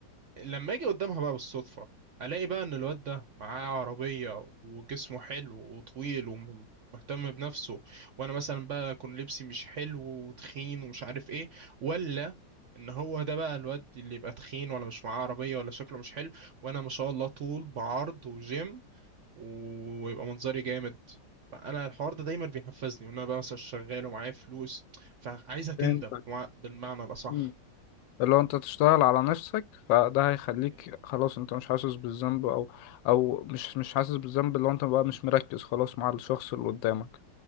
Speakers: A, on the right (about 65°); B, on the left (about 90°).
A: اجي قدامها بقى بالصدفه الاقي بقى ان الواد ده معاه عربيه وجسمه حلو وطويل ومهتم بنفسه وانا مثلا بقى اكون لبسي مش حلو وتخين ومش عارف ايه ولا ان هو ده بقى الواد اللي يبقى تخين ولا مش معاه عربيه ولا شكله مش حلو وانا ما شاء الله طول بعرض وجيم و- ويبقى منظري جامد فانا الحوار ده دايما بيحفزني وان انا بقى مثلا شغال ومعايا فلوس فعايزه تندم
B: فهمتك
A: بمع- بالمعنى الاصح
B: مم. لو انت تشتغل على نفسك فده هيخليك
A: مم.
B: خلاص انت مش حاسس بالذنب او او مش مش حاسس بالذنب لو انت بقى مش مركز خلاص مع الشخص اللي قدامك